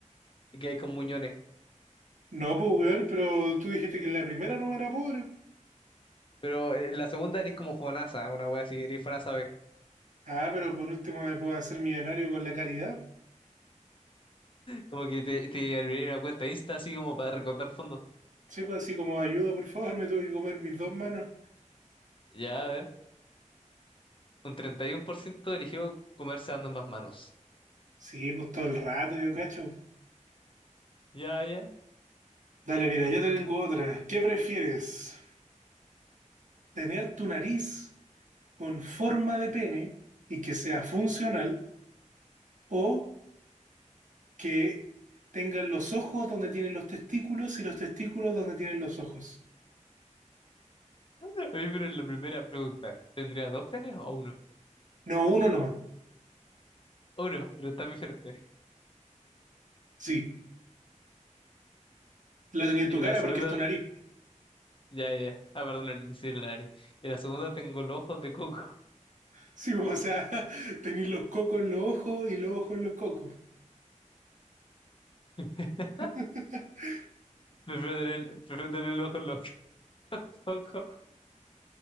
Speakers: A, on the left (about 40°); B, on the right (about 70°).
A: Y que hay con muñones.
B: No, pues, weón, pero tú dijiste que la primera no era pobre.
A: Pero eh, en la segunda eres como Fonasa, una wea así, eres Fonasa B.
B: Ah, pero por último me puedo hacer millonario con la caridad.
A: Como que te, te abrirían una cuenta Insta así como para recaudar fondos.
B: Sí, pues así como ayuda, por favor, me tuve que comer mis dos manos.
A: Ya, a ver. Un 31% eligió comerse dando más manos.
B: Sí, pues todo el rato, yo cacho.
A: Ya, ya.
B: Dale, mira, yo te tengo otra. ¿Qué prefieres? ¿Tener tu nariz con forma de pene y que sea funcional o que tengan los ojos donde tienen los testículos y los testículos donde tienen los ojos?
A: Oye, pero en la primera pregunta, ¿tendrías dos penes o uno?
B: No, uno nomás.
A: Uno, pero está muy fuerte.
B: Sí, la tenía en
A: Y
B: tu
A: en
B: cara
A: la segunda,
B: porque es tu nariz.
A: ya, ya, ya. Ah, perdón, le hice la nariz. Y en la segunda tengo los ojos de coco.
B: Sí, o sea, <laughs> tenéis los cocos en los ojos y los ojos en los cocos.
A: <laughs>
B: <laughs>
A: Prefiero tener, prefiero tener el ojo loco, loco.